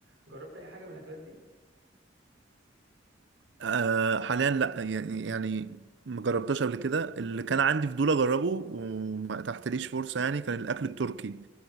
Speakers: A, on the right; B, on the right.
A: جربت اي حاجه من الاكلات دي
B: آه، حاليا لا يعني يعني ما جربتهاش قبل كده اللي كان عندي فضول اجربه وما تحتليش فرصة يعني كان الاكل التركي